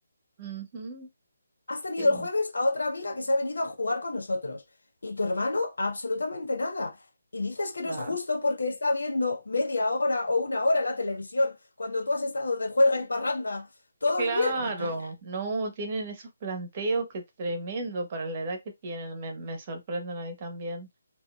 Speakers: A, on the right; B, on the left.
A: ujú,
B: Has tenido
A: qué bueno.
B: el jueves a otra amiga que se ha venido a jugar con nosotros. Y tu hermano, absolutamente nada. Y dices que no
A: Ah.
B: es justo porque está viendo media hora o una hora la televisión cuando tú has estado de juerga y parranda todo
A: Claro,
B: el viernes. Me calla.
A: no, tienen esos planteos que tremendo para la edad que tienen, me, me sorprenden a mí también.